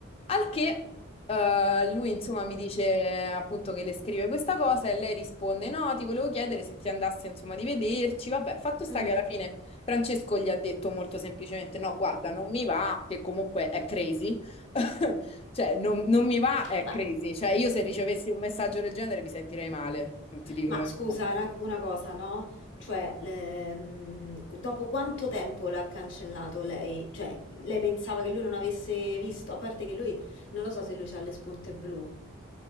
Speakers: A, on the left (about 30°); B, on the left (about 60°).
A: Al che eh, lui insomma mi dice appunto che le scrive questa cosa e lei risponde no, ti volevo chiedere se ti andasse insomma di vederci. Vabbè, fatto sta
B: Mm.
A: che alla fine Francesco gli ha detto molto semplicemente no, guarda, non mi va, che comunque è crazy. <laughs> Cioè, non, non mi va, è
B: Ma...
A: crazy. Cioè, io se ricevessi un messaggio del genere mi sentirei male, non ti dico
B: Ma
A: la
B: scusa,
A: verità.
B: una, una cosa, no? Cioè, le- mm, dopo quanto tempo l'ha cancellato lei? Cioè, lei pensava che lui non avesse visto, a parte che lui, non lo so se lui ha le spunte blu.